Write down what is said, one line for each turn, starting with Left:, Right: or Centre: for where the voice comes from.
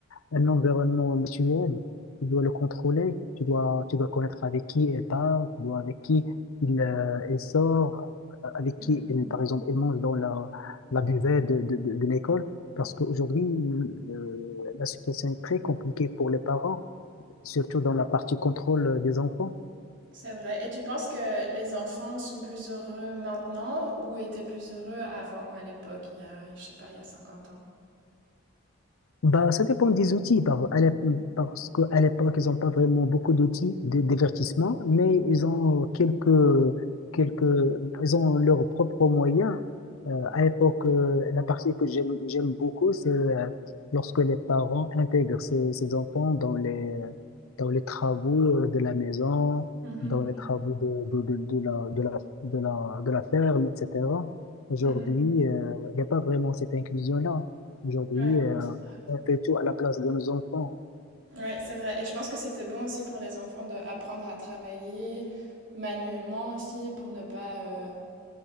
Left: un environnement virtuel, tu dois le contrôler, tu dois, tu dois connaître avec qui elle parle, tu dois avec qui il, euh, elle sort, euh, avec
Right: Mhm.
Left: qui, elle, par exemple, elle mange dans la, la buvette de, de, de, de l'école. Parce qu'aujourd'hui, euh, la situation est très compliquée pour les parents. surtout dans la partie contrôle euh, des enfants.
Right: C'est vrai. Et tu penses que les enfants sont plus heureux maintenant ou étaient plus heureux avant, à l'époque, il y a, je sais pas, il y a 50 ans?
Left: Bah, ça dépend des outils, par, à l'ép- parce qu'à l'époque, ils n'ont pas vraiment beaucoup d'outils de divertissement, mais ils ont quelques, quelques, ils ont leurs propres moyens. Euh, à l'époque, euh, la partie que j'aime, j'aime beaucoup, c'est euh, lorsque les parents intègrent ces, ces enfants dans les, dans les travaux euh, de la maison,
Right: Mhm,
Left: dans les travaux de, de, de, de la, de la, de la, de la ferme, etc. Aujourd'hui,
Right: mhm.
Left: euh, il n'y a pas vraiment cette inclusion-là. Aujourd'hui,
Right: Ouais,
Left: euh,
Right: c'est vrai.
Left: on fait tout à la place de nos enfants.
Right: Ouais, c'est vrai. Et je pense que c'était bon aussi pour les enfants d'apprendre à travailler manuellement aussi pour ne pas euh,